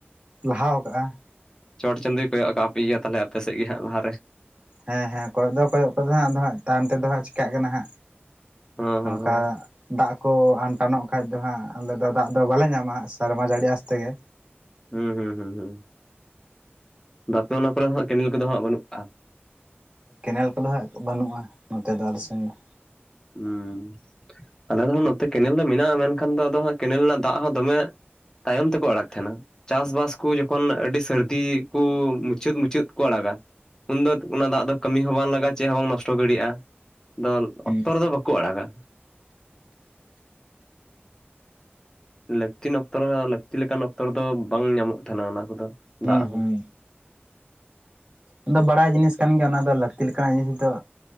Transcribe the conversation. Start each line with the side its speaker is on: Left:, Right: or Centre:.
Right: ᱞᱟᱦᱟ ᱠᱟᱜᱼᱟ ᱾
Left: ᱪᱚᱴ ᱪᱟᱸᱫᱳᱭ ᱠᱚᱭᱚᱜ ᱠᱟᱫ ᱯᱮ ᱜᱮᱭᱟ ᱛᱟᱦᱚᱞᱮ ᱟᱯᱮ ᱥᱮᱫ ᱜᱮ ᱦᱟᱸᱜ ᱞᱟᱦᱟᱨᱮ ᱾
Right: ᱦᱮᱸ ᱦᱮᱸ ᱠᱚᱭᱚᱜ ᱫᱚ ᱠᱚᱭᱚᱜ ᱠᱟᱫᱟ ᱦᱟᱸᱜ ᱟᱫᱚ ᱦᱟᱸᱜ ᱛᱟᱭᱚᱢ ᱛᱮᱫᱚ ᱦᱟᱸᱜ ᱪᱮᱤᱠᱟᱜ ᱠᱟᱱᱟ ᱦᱟᱸᱜ,
Left: ᱦᱚᱸ
Right: ᱱᱚᱝᱠᱟ
Left: ᱦᱚᱸ ᱦᱚᱸ
Right: ᱫᱟᱜ ᱠᱚ ᱟᱱᱴᱟᱱᱚᱜ ᱠᱷᱟᱡ ᱫᱚ ᱦᱟᱸᱜ ᱟᱞᱮ ᱫᱚ ᱫᱟᱜ ᱫᱚ ᱵᱟᱞᱮ ᱧᱟᱢᱟ ᱦᱟᱸᱜ ᱥᱮᱨᱢᱟ ᱡᱟᱹᱲᱤ ᱟᱥᱛᱮᱜᱮ
Left: ᱦᱩᱸ ᱦᱩᱸ ᱦᱩᱸ ᱦᱩᱸ ᱫᱟᱛᱮ ᱚᱱᱟ ᱠᱚᱨᱮ ᱦᱟᱸᱜ ᱠᱮᱱᱮᱞ ᱠᱚᱫᱚ ᱦᱟᱸᱜ ᱵᱟᱹᱱᱩᱜ ᱠᱟᱜᱼᱟ?
Right: ᱠᱮᱱᱮᱞ ᱠᱚᱫᱚ ᱦᱟᱸᱜ ᱵᱟᱹᱱᱩᱜᱼᱟ ᱱᱚᱛᱮ ᱫᱚ ᱟᱞᱮ ᱥᱮᱱ ᱫᱚ ᱾
Left: ᱦᱮᱸ, ᱟᱞᱮ ᱫᱚ ᱱᱚᱛᱮ ᱠᱮᱱᱮᱞ ᱫᱚ ᱢᱮᱱᱟᱜᱼᱟ, ᱢᱮᱱᱠᱷᱟᱱ ᱫᱚ ᱟᱫᱚ ᱠᱮᱱᱮᱞ ᱨᱮᱱᱟᱜ ᱫᱟᱜ ᱦᱚᱸ ᱫᱚᱢᱮ ᱛᱟᱭᱚᱢ ᱛᱮᱠᱚ ᱟᱲᱟᱜ ᱛᱟᱦᱮᱱᱟ ᱾ ᱪᱟᱥᱵᱟᱥ ᱠᱚ ᱡᱚᱠᱷᱚᱱ ᱟᱹᱰᱤ ᱥᱟᱹᱨᱫᱤ ᱠᱚ ᱢᱩᱪᱟᱹᱫ ᱢᱩᱪᱟᱹᱫ ᱠᱚ ᱟᱲᱟᱜ-ᱟ ᱾ ᱩᱱᱫᱚ ᱚᱱᱟ ᱫᱟᱜ ᱫᱚ ᱠᱟᱹᱢᱤ ᱦᱚᱸ ᱵᱟᱝ ᱞᱟᱜᱟᱜᱼᱟ ᱪᱮᱫ ᱦᱚᱸ ᱵᱟᱝ ᱱᱚᱥᱴᱚ ᱫᱟᱲᱮᱹᱭᱟᱜᱼᱟ ᱾ ᱫᱚ
Right: ᱦᱩᱸ
Left: ᱚᱠᱛᱚ ᱨᱮᱫᱚ ᱵᱟᱠᱚ ᱟᱲᱟᱜ-ᱟ ᱾ ᱞᱟᱹᱠᱛᱤ ᱨᱮᱱᱟᱜ ᱚᱠᱛᱚ ᱫᱚ ᱞᱟᱹᱠᱛᱤ ᱞᱮᱠᱟᱱ ᱚᱠᱛᱚ ᱢᱚᱛᱚ ᱵᱟᱝ ᱧᱟᱢᱚᱜ ᱛᱟᱦᱮᱱᱟ ᱚᱱᱟ ᱠᱚᱫᱚ
Right: ᱦᱩᱸ
Left: ᱫᱟᱜ ᱦᱚᱸ᱾
Right: ᱦᱩᱸ
Left: <unintelligible>
Right: ᱟᱫᱚ ᱵᱟᱲᱟᱭ ᱡᱤᱱᱤᱥ ᱠᱟᱱ ᱜᱮᱭᱟ ᱚᱱᱟ ᱫᱚ ᱞᱟᱹᱠᱛᱤ ᱞᱮᱠᱟᱱᱟᱜ ᱡᱤᱱᱤᱥ ᱫᱚ